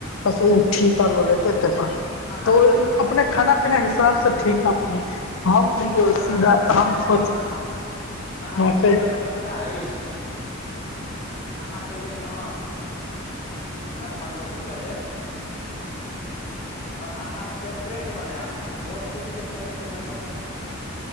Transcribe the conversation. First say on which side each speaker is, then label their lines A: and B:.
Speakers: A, on the left; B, on the left.
A: बस ओ ठीका ल लेते एे तऽ
B: अहाँ
A: ओ
B: तऽ अहाँ
A: अपने
B: की
A: खाना पीना हिसाब से ठीक ह अप हम
B: अहाँ
A: सीधा
B: सुनू
A: हम सोच
B: तऽ अहाँ अहाँ
A: नहि
B: की करब तऽ पता अछि अहाँ पहिले ने नट पन्द्रह सए रुपआ लेत आओर अहाँ से रेट बनायब वाशरूम के सहित रूम बनायब